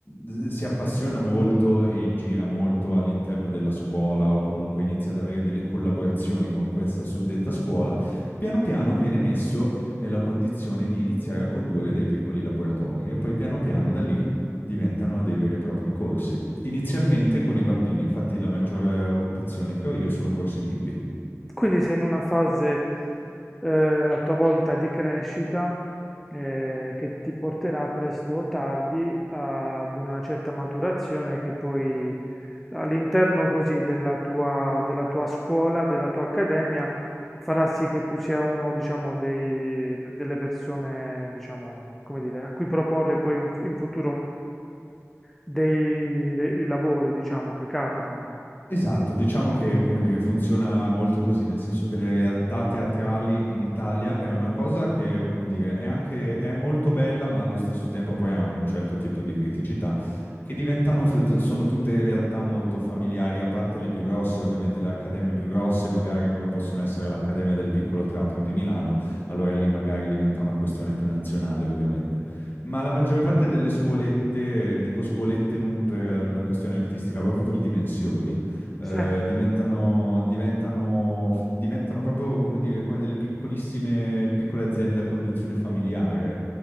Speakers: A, on the left; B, in the centre.
A: s- si appassiona molto e gira molto all'interno della scuola o comunque inizia ad avere delle collaborazioni con questa suddetta scuola, piano piano viene messo nella condizione di iniziare a condurre dei piccoli laboratori e poi piano piano da lì diventano dei veri e propri corsi. Inizialmente con i bambini, infatti la maggiore occupazione che ho io sono corsi bimbi.
B: Quindi sei in una fase eh, a tua volta di crescita eh, che ti porterà presto o tardi ad una certa maturazione che poi all'interno così della tua, della tua scuola, della tua accademia, farà sì che tu sia uno, diciamo, dei- delle persone, diciamo, come dire, a cui proporre poi un- in futuro dei, dei lavori, diciamo, che capitano.
A: Esatto, diciamo che, come dire, funziona molto così, nel senso che le realtà teatrali in Italia è una cosa che, come dire, è anche, è molto bella, ma allo stesso tempo poi ha un certo tipo di criticità, che diventano, f- sono tutte realtà molto familiari, a parte le più grosse, ovviamente le accademie più grosse, magari come possono essere l'Accademia del Piccolo Teatro di Milano, allora lì magari diventa una questione più nazionale, ovviamente. Ma la maggior parte delle scuolette, dico scuolette non per una questione artistica, proprio per dimensioni, eh,
B: Sì.
A: diventano, diventano, diventano proprio come dire, come delle piccolissime, piccole aziende a conduzione familiare.